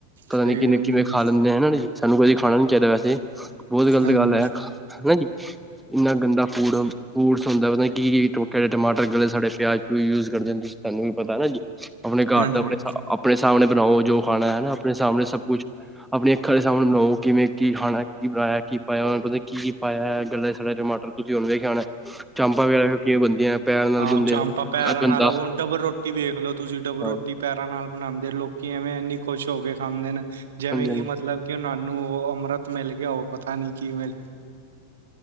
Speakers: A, in the centre; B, on the right.
A: ਪਤਾ
B: ਸਹੀ
A: ਨੀ ਕਿਵੇਂ
B: ਗੱਲ
A: ਕਿਵੇਂ
B: ਹੈ
A: ਖਾ ਲੈਂਦੇ ਹਨ ਜੀ ਸਾਨੂੰ ਕਦੇ ਖਾਣਾ ਨੀ ਚਾਹੀਦਾ ਵੈਸੇ। ਬਹੁਤ ਗਲਤ
B: ਹਾਂਜੀ
A: ਗੱਲ ਹੈ ਹਨਾ ਜੀ ਇੰਨਾ ਗੰਦਾ ਫੂਡ ਫਰੂਟਸ ਹੁੰਦਾ ਮਲ ਕੀੇ ਟਮਾਟਰ ਗਲੇ ਸੜੇ ਪਿਆਜ ਪ ਯੂਜ ਕਰਦੇ ਨੇ ਤੁਸੀਂ ਸਾਨੂੰ ਪਤਾ ਨਾ ਜੀ ਆਪਣੇ ਘਰ
B: ਹਾਂਜੀ
A: ਦਾ ਆਪਣੇ ਆਪਣੇ ਸਾਹਮਣੇ ਬਣਾਓ ਜੋ ਖਾਣਾ ਹੈ ਨਾ ਆਪਣੇ ਸਾਹਮਣੇ ਸਭ ਕੁਛ ਆਪਣੀ ਅੱਖਾਂ ਦੇ ਸਾਹਮਣੇ ਬਣਾਓ ਕਿਵੇਂ ਕੀ ਖਾਣਾ ਕੀ ਬਣਾਇਆ ਕੀ ਪਾਇਆ ਉਹਨਾਂ ਪੈ ਪਤਾ ਨਿ ਕੀ ਪਾਇਆ ਗੱਲੇ ਸੱੜੇ ਟਮਾਟਰ ਤੁਸੀਂ ਹੁਣ ਵੇਖਿਆ ਹੋਣਾ ਚਾਂਪਾਂ ਵਗੈਰਾ ਕਿਵੇਂ ਬਣਦੀਆਂ ਪੈਰ ਨਾਲ
B: ਹਾਂ
A: ਗੁੰਦੇ
B: ਚਾਮਂਪਾ
A: ਨੇ
B: ਪੈਰਾਂ
A: ਗੰਦਾ
B: ਨਾਲਾ ਉਹਡਬਰ ਰੋ ਰੋਟੀ ਵੇਖ ਲੋ ਤੁਸੀਂ ਡਬਰ
A: ਹਾਂਜੀ
B: ਰੋਟੀ ਪੈਰਾਂ ਨਾਲ ਬਣਾਉਂਦੇ ਲੋਕੀ ਐਵੇਂ ਐੰਨੀ ਖੁਸ਼ ਹੋ ਕੇ ਖਾਂਦੇ ਨੇ ਜਿਵੇਂ ਕਿ
A: ਹਾਂਜੀ
B: ਮਤਲਬ ਕਿ ਉਹਾਨ ਨੂੰ ਉਹ ਅੰਮ੍ਰਿਤ ਮਿਲ ਗਿਆ ਉਹ ਪਤਾ ਨਹੀਂ ਕੀ ਮਿਲ